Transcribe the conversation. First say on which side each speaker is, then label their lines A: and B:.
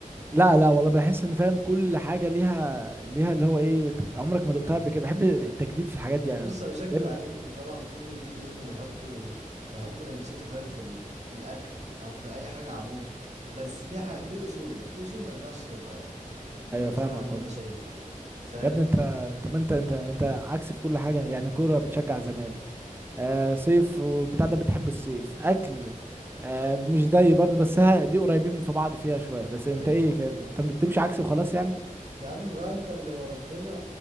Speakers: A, on the right; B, on the right.
A: لا لا والله بحس ان فاهم كل حاجه ليها ليها اللي هو ايه ط- عمرك ما دقتها
B: آه.
A: قبل كده بحب التجديد في الحاجات دي يعني
B: بص
A: ب-
B: انا مش هكدب
A: دايما
B: عليك ان طبعا كل جيل لازم يحطوا يحط لمسته فاهم في ال... في الاكل او في اي حاجه عموما بس في حاجه في اصول في اصول ما ينفعش تتغير ده
A: ايوه
B: بصراحه
A: فاهمك
B: اللي
A: والله
B: انا شايفه فاهم
A: يا ابني انت طب انت انت انت عكس في كل حاجه يعني كوره بتشجع الزمالك آه صيف وبتاع ده بتحب الصيف اكل آه مش زي برضه بس ها دي قريبين من في بعض فيها شويه بس انت
B: ايوه
A: ايه كده انت انت بتمشي عكسي وخلاص يعني
B: يا عم بقى انت اللي وربنا